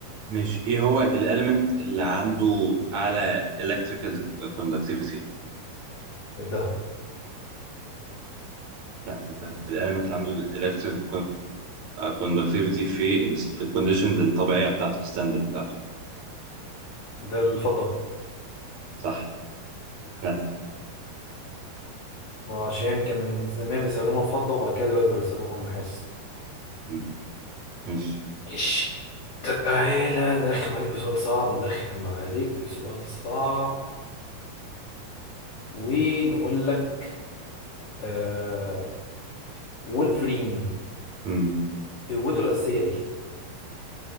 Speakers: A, on the right (about 55°); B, on the left (about 80°).
A: ماشي ايه هو الاليمنت اللي عنده اعلى electrical conductivity
B: الذهب
A: لا في ده في الاليمنت اللي عنده الالكتريك كوندكتيفيتي في ال في الكونديشنز الطبيعيه بتاعته الستاندرد بتاعته
B: ده الفضة
A: صح جدع
B: وعشان كان زمان بيستخدموا الفضة وبعد كده دلوقتي بقى بيستخدموا النحاس
A: مم. ماشي
B: إيش تعالى نرخم عليك بسؤال صعب نرخم عليك بسؤال صعب ونقول لك آه وولفرين
A: مم.
B: قوته الأساسية إيه؟